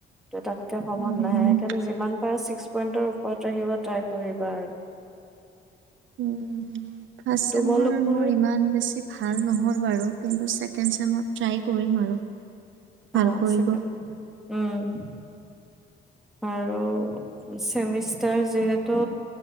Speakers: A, in the centre; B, on the right.
A: তাতকে কমত
B: উম
A: নাহে সেইকাৰণে যিমান ছিক্স পইন্টৰ ওপৰত আহিব ট্ৰাই কৰিবা আৰু
B: উম আছে
A: তোমালোকৰ
B: মোৰ মোৰ ইমান বেছি ভাল নহ'ল বাৰু কিন্তু ছেকেণ্ড চেমত ট্ৰাই কৰিম আৰু ভাল
A: অ
B: কৰিব
A: চেষ্টা কৰিম উম আৰু চেমিষ্টাৰ যিহেতু